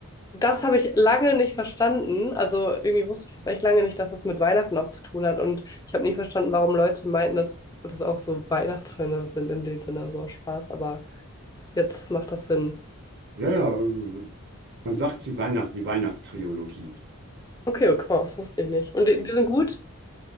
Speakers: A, on the left; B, on the right.
A: Das habe ich lange nicht verstanden. Also irgendwie wusste ich das echt lange nicht, dass das mit Weihnachten auch zu tun hat. Und ich habe nicht verstanden, warum Leute meinten, dass das auch so Weihnachtsfilme sind in dem Sinne, so auch Spaß. Aber jetzt macht das Sinn.
B: Ja, ja, äh, man sagt sie Weihnacht, die Weihnachtstrilogie.
A: Okay, okay, das wusste ich nicht. Und die, die sind gut?